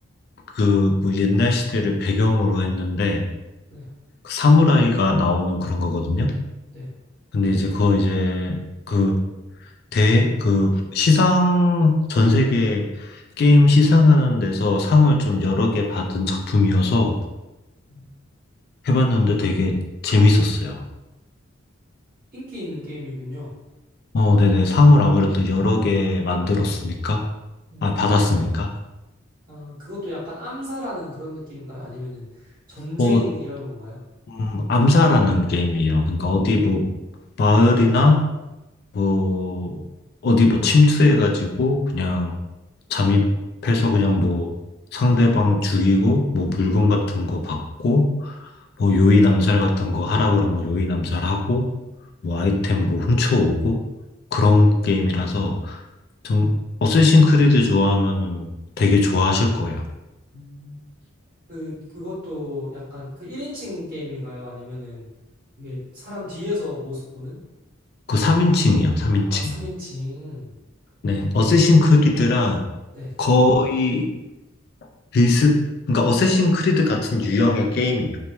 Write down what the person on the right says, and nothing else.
네,
네.
음,
인기 있는 게임이군요.
음,
아, 그것도 약간 암살하는 그런 느낌인가요? 아니면은 전쟁
이런 건가요?
음. 그, 그것도 약간 그 1인칭 게임인가요? 아니면은 이게 사람 뒤에서 모습 보는?
아, 3인칭.
아,
네.